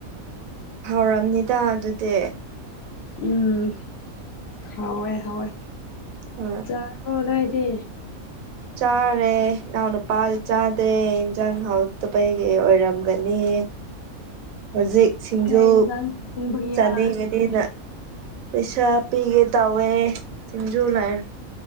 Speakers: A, on the right; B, on the left.
A: ꯍꯥꯎꯔꯝꯅꯤꯗ ꯑꯗꯨꯗꯤ
B: ꯎꯝ ꯍꯥꯎꯋꯦ ꯍꯥꯎꯋꯦ
A: ꯍꯣꯏ
B: ꯆꯥꯔꯕꯣ ꯅꯣꯏꯗꯤ
A: ꯆꯥꯔꯦ ꯏꯅꯥꯎ ꯅꯨꯄꯥꯗꯤ ꯆꯥꯗꯦ ꯏꯟꯖꯥꯡ ꯍꯥꯎꯠꯇꯄꯒꯤ ꯑꯣꯏꯔꯝ ꯒꯅꯤ ꯍꯧꯖꯤꯛ ꯁꯤꯡꯖꯨ
B: ꯀꯩ ꯏꯟꯖꯥꯡ ꯊꯣꯡꯕꯒꯤꯔꯥ
A: ꯆꯥꯅꯤꯡꯉꯗꯤꯅ ꯄꯩꯁꯥ ꯄꯤꯒꯦ ꯇꯧꯋꯦ ꯁꯤꯡꯖꯨ ꯂꯩꯔ